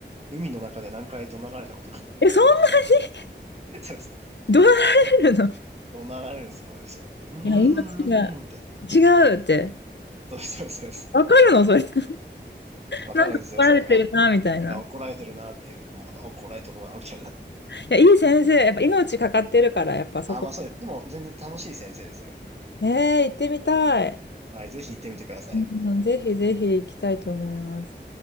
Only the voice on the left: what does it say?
え、そんなに
怒 <laughs> られるの
いや、命が違うって。
わかるのそれ。<laughs>
なんか怒られてるな、
みたいな。
い
や、いい先生。やっぱ命かかってるから、やっぱそこ。
えー、行ってみたい。
うん、ぜひぜひ行きたいと思います。